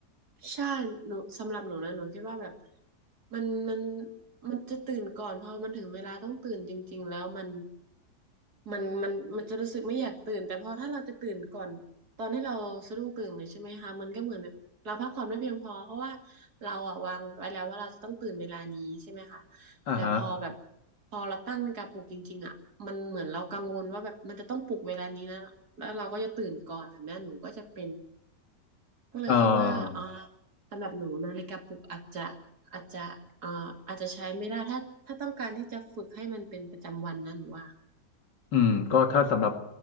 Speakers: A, on the right; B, on the left.
A: ใช่หนูสำหรับหนูนะหนูคิดว่าแบบมันมันมันจะตื่นก่อนพอมันถึงเวลาต้องตื่นจริงๆแล้วมันมันมันมันจะรู้สึกไม่อยากตื่นแต่พอถ้าเราจะตื่นก่อนตอนที่เราสะดุ้งตื่นเลยใช่ไหมคะมันก็เหมือนแบบเราพักผ่อนไม่เพียงพอเพราะว่าเราอะวางไว้แล้วว่าเราจะต้องตื่นเวลานี้ใช่ไหมคะ
B: อ่าฮะ
A: แต่พอแบบพอเราตั้งนาฬิกาปลุกจริงๆอะมันเหมือนเรากังวลว่าแบบมันจะต้องปลุกเวลานี้นะแล้วเราก็จะตื่นก่อนแบบนี้หนูก็จะเป็น ก็เลยคิดว่าเอ่อ
B: เออ
A: สำหรับหนูนาฬิกาปลุกอาจจะอาจจะเอ่ออาจจะใช้ไม่ได้ถ้าถ้าต้องการที่จะฝึกให้มันเป็นประจำวันนะหนูว่า
B: อืมก็ถ้าสำหรับ